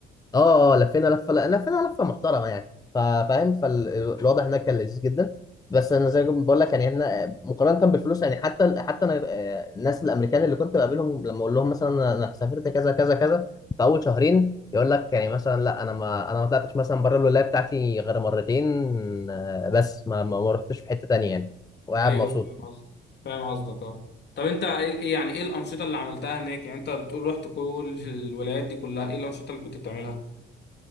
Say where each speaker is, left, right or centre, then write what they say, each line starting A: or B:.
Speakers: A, on the left; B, on the left.
A: اه اه لفينا لفه لفينا لفه محترمه يعني فا- فاهم فالوضع هناك كان لذيذ جدا بس انا زي ما بقول لك يعني احنا مقارنه بالفلوس يعني حتى حتى انا آه، الناس الامريكان اللي كنت بقابلهم لما اقول لهم مثلا انا أنا سافرت كذا كذا كذا في اول شهرين يقول لك يعني مثلا لا انا ما انا ما طلعتش مثلا بره الولايه بتاعتي غير مرتين آه، بس ما ما ما رحتش في حته تانيه يعني وقاعد
B: ايوه
A: مبسوط
B: فاهم قصدك فاهم قصدك اه طب انت ايه إيه- يعني ايه الانشطه اللي عملتها هناك يعني انت بتقول رحت كل الولايات دي كلها ايه الانشطه اللي كنت بتعملها